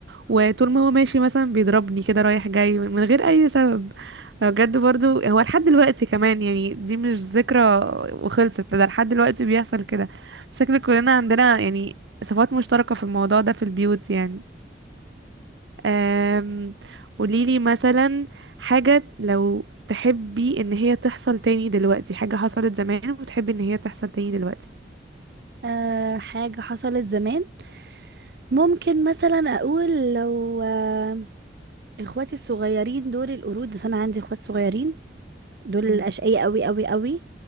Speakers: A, on the right; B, on the right.
A: وطول ما هو ماشي مثلا بيضربني كده رايح جاي من غير اي سبب بجد برضو هو لحد دلوقتي كمان يعني دي مش ذكرى وخلصت ده لحد دلوقتي بيحصل كده شكل كلنا عندنا يعني صفات مشتركة في الموضوع ده في البيوت يعني أم... قوليلي مثلا حاجة لو تحبي ان هي تحصل تاني دلوقتي حاجة حصلت زمان وتحبي ان هي تحصل تاني دلوقتي
B: أه حاجة حصلت زمان ممكن مثلا اقول لو أه اخواتي الصغيرين دول القرود بس انا عندي اخوات صغيرين دول
A: مم.
B: الأشقياء قوي قوي قوي